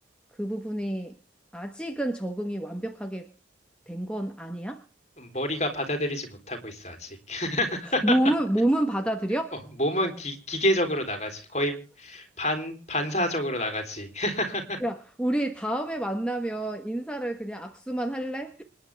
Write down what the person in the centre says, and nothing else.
그 부분이 아직은 적응이 완벽하게 된 건 아니야?
몸은 몸은 받아들여?
야, 우리 다음에 만나면 인사를 그냥 악수만 할래?